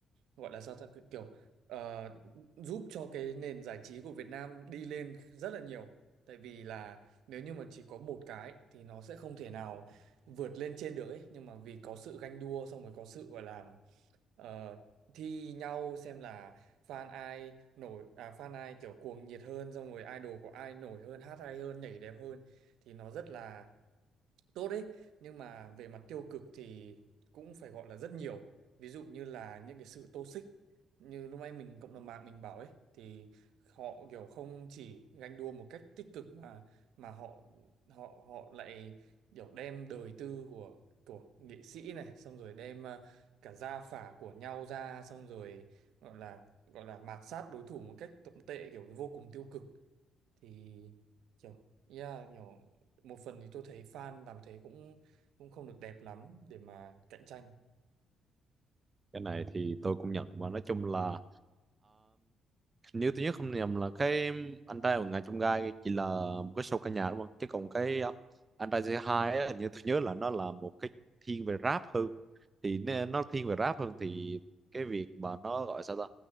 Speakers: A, on the right (about 80°); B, on the right (about 30°).
A: gọi là sao ta kiểu ờ, giúp cho cái nền giải trí của Việt Nam đi lên rất là nhiều tại vì là nếu như mà chỉ có một cái thì nó sẽ không thể nào vượt lên trên được ấy nhưng mà vì có sự ganh đua xong rồi có sự gọi là ờ, thi nhau xem là fan ai nổi à fan ai kiểu cuồng nhiệt hơn xong rồi idol của ai nổi hơn hát hay hơn nhảy đẹp hơn thì nó rất là tốt đấy nhưng mà về mặt tiêu cực thì cũng phải gọi là rất nhiều ví dụ như là những cái sự toxic như lúc nãy mình cộng đồng mạng mình bảo ấy thì họ kiểu không chỉ ganh đua một cách tích cực mà mà họ họ họ lại kiểu đem đời tư của của nghệ sĩ này xong rồi đem à, cả gia phả của nhau ra xong rồi gọi là gọi là mạt sát đối thủ một cách tồi tệ kiểu vô cùng tiêu cực thì kiểu yeah, kiểu một phần thì tôi thấy fan làm thế cũng cũng không được đẹp lắm để mà cạnh tranh
B: cái này thì tôi cũng nhận và nói chung là nếu tôi nhớ không nhầm là cái anh trai của ngài trong gai chỉ là một cái show ca nhạc đúng không chứ còn cái ờ, anh trai c hai á hình như tôi nhớ là nó là một cái thiên về rap hơn thì nó, nó thiên về rap hơn thì cái việc mà nó gọi sao ta